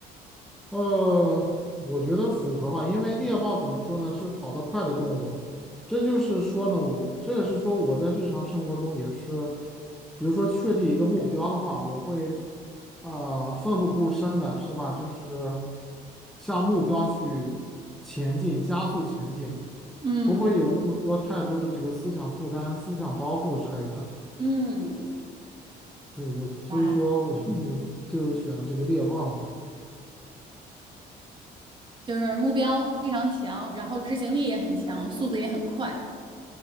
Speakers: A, in the centre; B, on the right (about 30°).
A: 呃，我觉得符合吧，因为猎豹怎么说呢，是跑得快的动物。这就是说呢，我这也是说我在日常生活中也是，比如说确立一个目标的话，我会呃奋不顾身的，是吧？就是向目标去前进，加速前进，
B: 嗯
A: 不会有那么多太多的这个思想负担、思想包袱之类的。
B: 嗯，
A: 对，我，所以说我
B: 来。
A: <laughs> 我就选了这个猎豹嘛。
B: 就是目标非常强，然后执行力也很强，速度也很快。